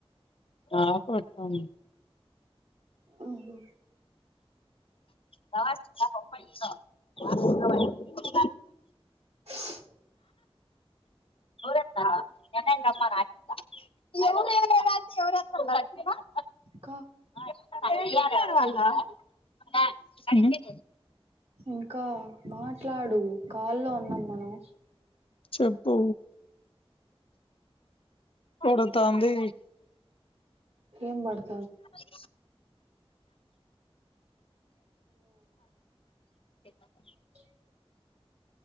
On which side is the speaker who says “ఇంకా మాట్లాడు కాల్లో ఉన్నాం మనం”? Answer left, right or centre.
Right